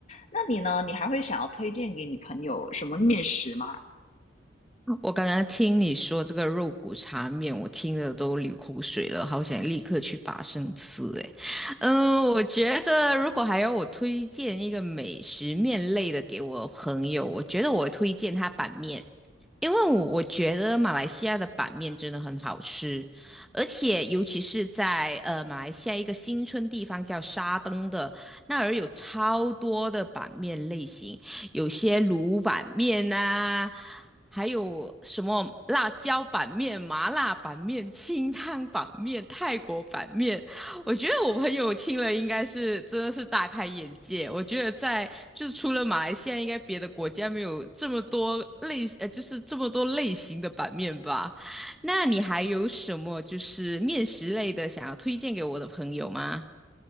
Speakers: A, on the left; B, in the centre.
A: 那你呢？你还会想要推荐给你朋友什么面食吗？
B: <laughs> 我刚刚听你说这个肉骨茶面，我听的都流口水了，好想立刻去拔生吃诶。嗯，我觉得如果还要我推荐一个美食面类的给我朋友，我觉得我推荐他板面。因为我我觉得马来西亚的板面真的很好吃，而且尤其是在呃马来西亚一个新村地方叫沙登的那儿有超多的板面类型，有些卤板面啊，还有什么辣椒板面、麻辣板面、清汤板面、泰国板面，我觉得我朋友听了应该是真的是大开眼界。我觉得在就是除了马来西亚，应该别的国家没有这么多类呃，就是这么多类型的版面吧。那你还有什么就是面食类的想要推荐给我的朋友吗？